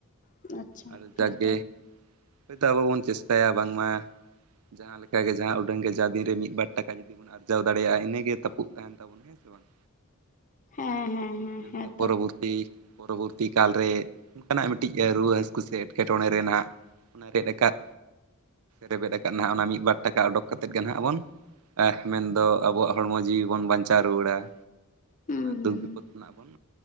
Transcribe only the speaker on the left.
<unintelligible>
ᱦᱮᱸᱛᱚ
ᱦᱮᱸ ᱦᱮᱸ ᱦᱮᱸ
ᱦᱮᱸᱛᱚ
ᱦᱩᱸ
ᱦᱩᱸ